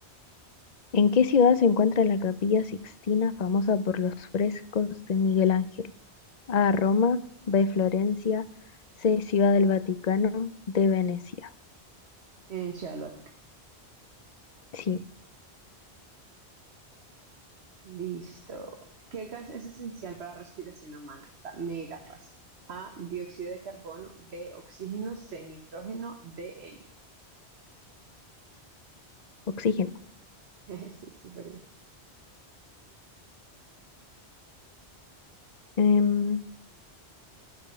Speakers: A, on the left (about 45°); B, on the right (about 70°).
A: ¿En qué ciudad se encuentra la Capilla Sixtina, famosa por los frescos de Miguel Ángel? A. Roma. B. Florencia. C. Ciudad del Vaticano. D. Venecia.
B: en Ciudad del Batuque.
A: Sí,
B: Listo. ¿Qué gas es esencial para la respiración humana? Está mega fácil. A, dióxido de carbono, B, oxígeno, C, nitrógeno, D, helio.
A: oxígeno.
B: <laughs> Sí, súper bien.
A: Em,